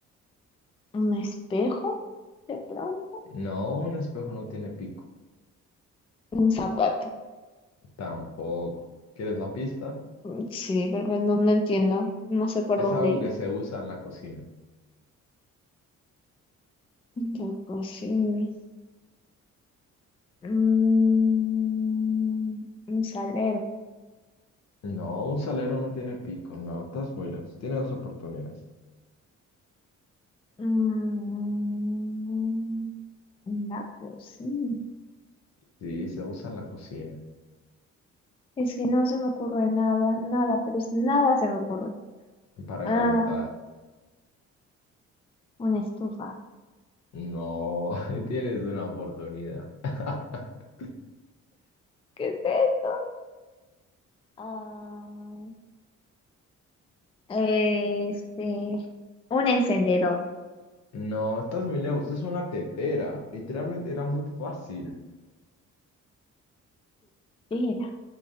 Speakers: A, on the left (about 20°); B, on the left (about 60°).
A: un espejo, de pronto,
B: No, un espejo no tiene pico.
A: un zapato.
B: Tampoco. ¿Quieres la pista?
A: Mm, Sí, porque no, no entiendo, no sé por
B: Es
A: dónde
B: algo
A: ir.
B: que se usa en la cocina.
A: La cocina. Mm, un salero.
B: No, un salero no tiene pico. No, estás muy lejos. Tienes dos oportunidades.
A: Mm, una cocina.
B: Sí, se usa en la cocina
A: Es que no se me ocurre nada, nada, pero es nada se me ocurre.
B: para
A: Ah,
B: calentar.
A: una estufa.
B: No, <laughs> tienes una oportunidad. <laughs>
A: ¿Qué es esto? Ah, este, un encendedor.
B: No, estás muy lejos. Es una tetera. Literalmente era muy fácil.
A: Tetera.